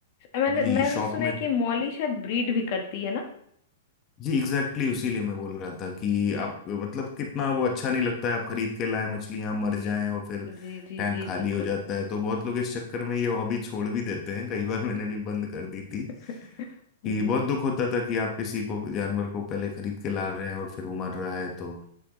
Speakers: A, on the left; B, on the left.
A: मैंने
B: जी
A: मैंने
B: शॉप
A: सुना
B: में
A: है कि मौली शायद ब्रीड भी करती है ना
B: जी एग्जैक्टली exactly उसी लिए मैं बोल रहा था कि आप मतलब कितना वो अच्छा नहीं लगता है आप खरीद के लाए मछलियां मर जाएं और फिर
A: जी जी
B: टैंक
A: जी
B: खाली
A: बिल्कुल
B: हो जाता है तो बहुत लोग इस चक्कर में ये हॉबी छोड़ भी देते हैं कई बार मैंने भी बंद कर दी थी
A: <laughs>
B: कि
A: जी
B: बहुत दुख होता था कि आप किसी को जानवर को पहले खरीद के ला रहे हैं और फिर वो मर रहा है तो